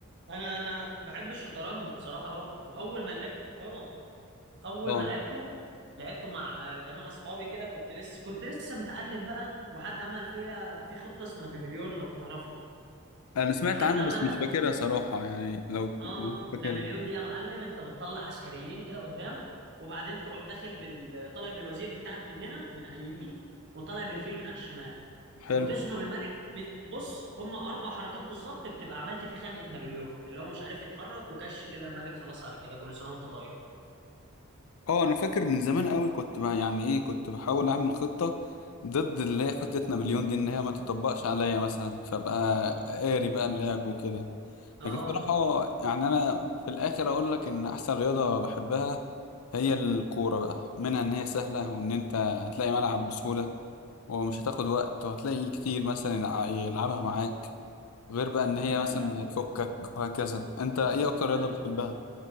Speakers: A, on the right; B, on the left.
A: انا انا بحب الشطرنج بصراحه برضو واول ما لعبت اه اول
B: اه
A: ما لعبته لعبته مع جماعه اصحابي كده كنت لسه كنت لسه متعلم بقى وحد عمل فيها في خطه اسمها نابليون لو تعرفها
B: انا سمعت
A: حد
B: عنها
A: عملها
B: بس مش فاكرها
A: في...
B: صراحة يعني لو
A: اه
B: انت فاكرها
A: نابليون دي يا معلم انت بتطلع عسكريين كده قدام وبعدين تروح داخل بال طالع بالوزير بتاعك من هنا من على اليمين وطالع بالفيل من على الشمال
B: حلو
A: وتزنق الملك م- بص هم اربع حركات بالظبط بتبقى عملت في خنقه نابليون اللي هو مش عارف يتحرك وكش كده الملك خلاص على كده كل سنه وانت طيب
B: اه انا فاكر من زمان قوي كنت بقى يعني ايه كنت بحاول اعمل خطة ضد اللي هي خطة نابليون دي ان هي ما تطبقش عليا مثلا فبقى
A: اه
B: قاري بقى اللعب وكده
A: آه.
B: لكن الصراحة يعني أنا في الآخر أقول لك إن أحسن رياضة بحبها هي الكورة بقى منها إن هي سهلة وإن أنت هتلاقي ملعب بسهولة ومش هتاخد وقت وهتلاقي كتير مثلا يلع- يلعبها معاك غير بقى إن هي
A: لا
B: مثلا
A: لا
B: هتفكك وهكذا أنت
A: آه.
B: إيه أكتر رياضة
A: بل-
B: بتحبها؟